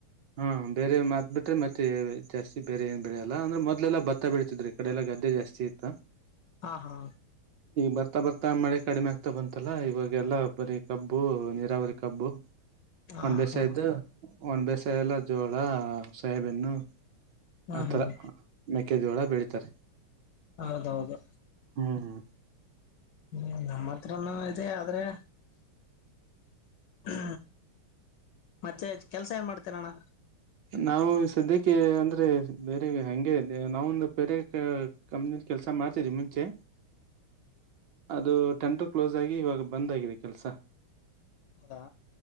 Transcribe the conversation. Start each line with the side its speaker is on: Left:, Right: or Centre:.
Right: ಹಾ ಬೇರೆ ಮತ್ ಬಿಟ್ರೆ ಮತ್ತೆ ಜಾಸ್ತಿ ಬೇರೆ ಏನ್ ಬೆಳೆಯಲ್ಲ ಅಂದ್ರೆ ಮೊದ್ಲೆಲ್ಲಾ ಭತ್ತ ಬೆೀಳ್ತಿದ್ರಿ ಈ ಕಡೆ ಎಲ್ಲಾ ಗದ್ದೆ ಜಾಸ್ತಿ ಇತ್ತ
Left: ಹಾ ಹಾ
Right: ಬರ್ತ ಬರ್ತಾ ಬರ್ತಾ ಮಳೆ ಕಡಿಮೆ ಆಗ್ತಾ ಬಂತಲ್ಲಾ ಇವಾಗೆಲ್ಲಾ ಬರಿೀ ಕಬ್ಬು ನೀರಾವರಿ ಕಬ್ಬು
Left: ಹಾ
Right: ಒನ್ ಬೇಸಾಯ್ದು
Left: ಹಾ
Right: ಒನ್ ಬೆಸ್ ಸ ಎಲ್ಲ ಜೋಳ ಸಾಹೇಬನ್ನು
Left: ಹ್ಮ್
Right: ಆತರ
Left: ಹ್ಮ್
Right: ಕೆದೋಳ ಬೆಳಿತಾರೆ
Left: ಹೌದೌದು
Right: ಹ್ಮ್
Left: ಹ್ಮ್ ನಮ್ಮ ಹತ್ರನು ಇದೆ ಆದ್ರೆ ಹ್ಮ ಮತ್ತೆ ಕೆಲ್ಸ ಏನ್ ಮಾಡ್ತೀರ ನಣ್ಣ
Right: ನಾವು ಸದ್ಯಕ್ಕೆ ಅಂದರೆ ಬೇರೆ ಹಗೆ ನಾವೊಂದು ಬೇರೆ ಕಂಪ್ನ ಕೆಲಸ ಮಾಡ್ತಿದ್ದವಿ ಮುಂಚೆ ಅದು ಟೆಂಡರ್ ಕ್ಲೋಸ್ ಆಗಿ ಇವಾಗ ಬಂದ್ಗಿದೆ ಕೆಲಸ
Left: ಹೌದಾ